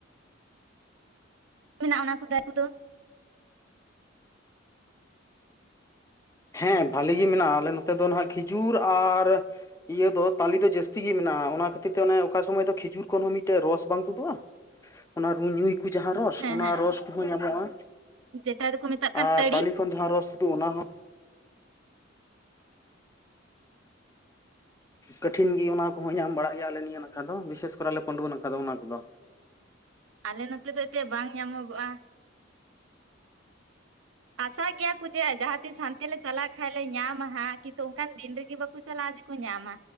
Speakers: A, on the right; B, on the left.
A: ᱢᱮᱱᱟᱜᱼᱟ ᱚᱱᱟ ᱠᱚ ᱫᱟᱭᱠᱩ <unintelligible> ᱫᱚ᱾
B: ᱦᱮᱸ ᱵᱷᱟᱞᱤ ᱜᱮ ᱢᱮᱱᱟᱜᱼᱟ ᱟᱞᱮ ᱱᱚᱛᱮ ᱫᱚ ᱦᱜ ᱠᱷᱤᱡᱩᱨ ᱟᱨ ᱤᱭᱟᱹ ᱫᱚ ᱛᱟᱞᱮ ᱫᱚ ᱡᱟᱹᱥᱛᱤ ᱜᱮ ᱢᱮᱱᱟᱜᱼᱟ ᱚᱱᱟ ᱠᱷᱟᱹᱛᱤᱨ ᱛᱮ ᱚᱱᱮ ᱚᱠᱟ ᱥᱚᱢᱚᱭ ᱫᱚ ᱠᱷᱤᱡᱩᱨ ᱠᱷᱚᱱ ᱦᱚᱸ ᱢᱤᱫᱴᱮᱡ ᱨᱚᱥ ᱵᱟᱝ ᱛᱩᱫᱩᱜᱼᱟ? ᱚᱱᱟ <inaudible> ᱡᱟᱦᱟᱸ ᱨᱚᱥ
A: ᱦᱮᱸ
B: ᱚᱱᱟ
A: ᱦᱮᱸ
B: ᱨᱚᱥ ᱠᱚᱦᱚᱸ ᱧᱟᱢᱚᱜᱼᱟ
A: ᱡᱮᱴᱟ ᱫᱚᱠᱚ ᱢᱮᱛᱟᱜ ᱠᱟᱱ
B: ᱟᱨ
A: ᱛᱟᱹᱲᱤ
B: ᱛᱟᱹᱞᱮ <inaudible> ᱡᱟᱸᱦᱟ ᱨᱚᱥ ᱛᱩᱫᱩᱜ-ᱟ ᱚᱱᱟ ᱦᱚᱸ ᱠᱚᱴᱤᱱ ᱜᱮ ᱚᱱᱟ ᱠᱚᱦᱚᱸ ᱧᱟᱢ ᱵᱟᱲᱟᱜ ᱜᱮᱭᱟᱞᱮ ᱱᱤᱭᱟᱹ ᱱᱟᱠᱷᱟ ᱫᱚ ᱵᱤᱥᱮᱥ ᱠᱚᱨᱮᱟᱞᱮ ᱯᱟᱸᱰᱩᱣᱟ ᱱᱟᱠᱷᱟ ᱫᱚ ᱚᱱᱟ ᱠᱚᱫᱚ᱾
A: ᱟᱞᱮ ᱱᱚᱛᱮ ᱫᱚ ᱮᱛᱮ ᱵᱟᱝ ᱧᱟᱢᱚᱜᱚᱜᱼᱟ᱾ ᱟᱥᱟᱭ ᱜᱮᱭᱟ ᱠᱚ ᱡᱮ ᱡᱟᱦᱟᱛᱤᱥ ᱦᱟᱱ ᱛᱮ ᱞᱮ ᱪᱟᱞᱟᱜ ᱠᱷᱟᱱᱡ ᱞᱮ ᱧᱟᱢᱟ ᱦᱟᱸᱜ, ᱠᱤᱱᱛᱩ ᱚᱱᱠᱟᱱ ᱫᱤᱱ ᱨᱮᱜᱮ ᱵᱟᱠᱚ ᱪᱟᱞᱟᱜᱼᱟ ᱡᱮᱠᱚ ᱧᱟᱢᱟ᱾